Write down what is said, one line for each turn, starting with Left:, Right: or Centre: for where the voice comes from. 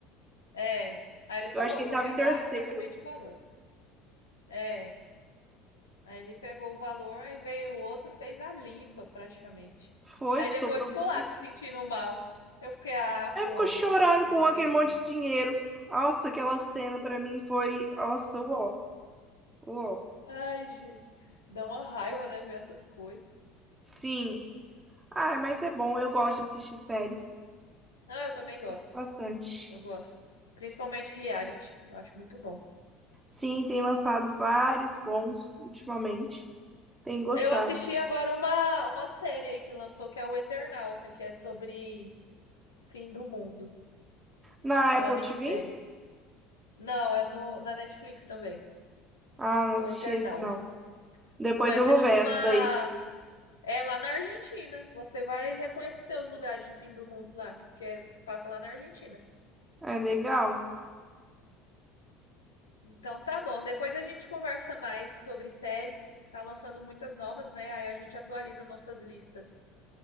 Left: É. Aí ele falou,
Right: Eu acho que
Left: eu
Right: ele
Left: vou
Right: tava
Left: pegar
Right: em terceiro.
Left: exatamente o valor. É. Aí ele pegou o valor, aí veio o outro, fez a limpa praticamente.
Right: Foi,
Left: Aí
Right: sobrou
Left: depois ficou
Right: um
Left: lá
Right: pouquinho.
Left: se sentindo mal. Eu fiquei, ah, pronto.
Right: Aí ficou chorando
Left: Não
Right: com
Left: acredito,
Right: aquele monte
Left: não.
Right: de dinheiro. Nossa, aquela cena pra mim foi. Nossa, uó, uó.
Left: Ai, gente. Dá uma raiva, né, ver essas coisas.
Right: Sim. Ah, mas é bom, eu gosto de assistir série.
Left: Não, eu também gosto.
Right: Gosto bastante.
Left: Eu gosto. Principalmente reality. Eu acho muito bom.
Right: Sim, tem lançado vários bons ultimamente. Tem gostado.
Left: Eu assisti agora uma, uma série aí que lançou, que é o Eternauta, que é sobre fim do mundo.
Right: Na
Left: É
Right: Apple
Left: uma minissérie.
Right: TV?
Left: Não, é no, na Netflix também.
Right: Ah, não assisti
Left: O Eternauta.
Right: esse não. Depois
Left: Começa
Right: eu vou
Left: tipo
Right: ver
Left: uma.
Right: essa daí.
Left: É lá na Argentina. Você vai reconhecer os lugares de fim do mundo lá, porque se passa lá na Argentina.
Right: É legal?
Left: Então tá bom. Depois a gente conversa mais sobre séries. Tá lançando muitas novas, né? Aí a gente atualiza nossas listas.